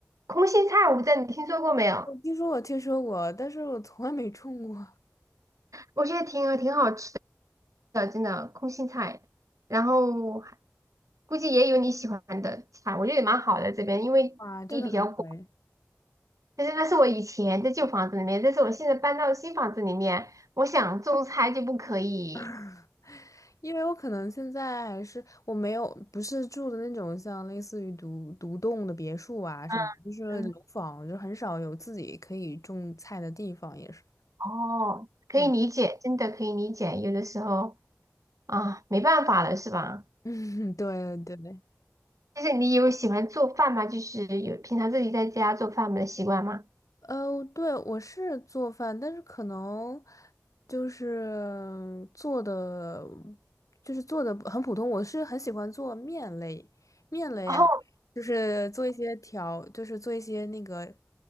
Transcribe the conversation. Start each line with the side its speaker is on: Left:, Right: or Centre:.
Right: 空心菜，我不知道你听说过没有？
Left: 我听说我听说过，但是我从来没种过。
Right: 我觉得挺挺好吃的真的空心菜，然后还估计也有你喜欢的菜，我觉得也蛮好的这边，因为地比较广。
Left: 哇，真的很好哎。
Right: 但是那是我以前在旧房子里面，但是我现在搬到新房子里面，我想种菜就不可以。
Left: <laughs> 因为我可能现在还是我没有不是住的那种像类似于独独栋的别墅啊什么，
Right: 嗯
Left: 就是楼房，
Right: 嗯，
Left: 就很少有自己可以种菜的地方，也是。
Right: 哦，可以理解，
Left: 嗯
Right: 真的可以理解，有的时候啊，没办法了，是吧？
Left: <laughs> 嗯，对对。
Right: 就是你有喜欢做饭吗？就是有平常自己在家做饭的习惯吗？
Left: 呃，对，我是做饭，但是可能就是做的，就是做的很普通。我是很喜欢做面类，面类啊
Right: 哦
Left: 就是做一些调，就是做一些那个